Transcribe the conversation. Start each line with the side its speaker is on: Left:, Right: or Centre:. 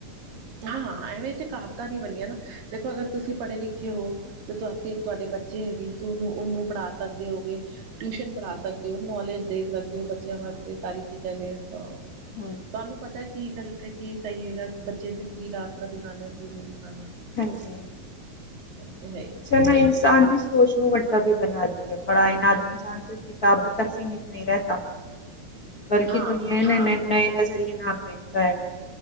Right: ਹਾਂ ਐਵੇਂ ਤੇ ਕਾਵਤਾਂ ਨੀ ਬਣੀਆਂ ਨਾ, ਦੇਖੋ ਅਗਰ ਤੁਸੀਂ ਪੜ੍ਹੇ ਲਿਖੇ ਹੋ, ਤੇ ਤੁਹਾਸ ਫਿਰ ਤੁਹਾਡੇ ਬੱਚੇ ਹੈਗੇ ਤੁ ਉਹਨੂੰ-ਉਹਨੂੰ ਪੜ੍ਹਾ ਸਕਦੇ ਹੋਗੇ। ਟਿਊਸ਼ਨ ਪੜ੍ਹਾ ਸਕਦੇ ਹੋ ਨੌਲੇਜ ਦੇ ਸਕਦੇ ਹੋ ਬੱਚਿਆਂ ਵਾਸਤੇ ਸਾਰੀ ਚੀਜ਼ਾਂ ਨੇ ਆ। ਤੁਹਾਨੂੰ
Left: ਚੀਜ਼ਾਂ ਹਾਂਜੀ
Right: ਪਤਾ ਕੀ ਗਲਤ ਐ ਕੀ ਸਹੀ ਹੈਗਾ ਬੱਚੇ ਦੇ ਕੀ ਰਾਸਤਾ ਦਿਖਾਣਾ ਕੀ ਨਹੀਂ ਦਿਖਾਣਾ।
Left: ਹਾਂਜੀ।
Right: ਐ ਤੇ ਹੈ ਈ।
Left: ਹਨਾ ਇਨਸਾਨ ਦੀ ਸੋਚ ਨੂੰ ਵੱਡਾ ਵੀ ਬਣਾਦੀ ਐ, ਪੜ੍ਹਾਈ ਨਾਲ ਇਨਸਾਨ ਸ ਕਿਤਾਬਾ ਤੱਕ ਸੀਮਿਤ ਨਹੀਂ ਰਹਿੰਦਾ। ਬਲਕਿ
Right: ਹਾਂ
Left: ਦੁਨੀਆਂ ਨੁੰ ਨਏ ਨਜ਼ਰੀਏ ਨਾਲ ਦੇਖਦਾ ਐ।